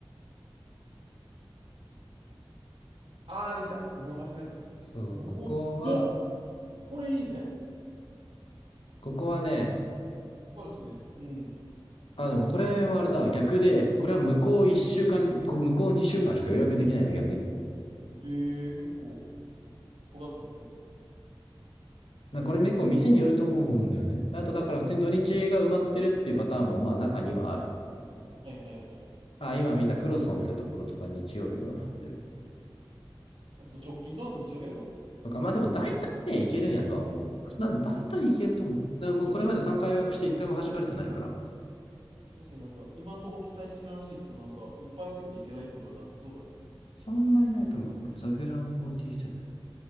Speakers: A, on the right; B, on the left.
A: あー、できた。日本橋のやつですね。
B: そう、
A: うお、
B: ここは、
A: すごっ。これいいね。
B: ここはね、
A: これ好きです。うん。
B: あ、でもこれはあれだ、逆で、これは向こう一週間、こ向こう二週間しか予約できないの、逆に。
A: ええ、結構、尖ったスタイル。
B: なこれ結構店によると思うんだよね。あとだから普通に土日が埋まってるっていうパターンもまあ中にはある。
A: はいはいはい。
B: あ、今見たクロソンってところとか日曜日が埋まってる。
A: あそう直近の日曜日は埋まってるってこ
B: とか、まあでも大体ね、いけるんやとは思う。な、大体いけると思う。だからもうこれまで3回予約して1回も弾かれてないから、
A: と。確かになんか、今のところ期待してきな話でいくと、なんか、いっぱいすぎていけないっていうのはなさそうだね。
B: そんなにないと思う。ザグラン47。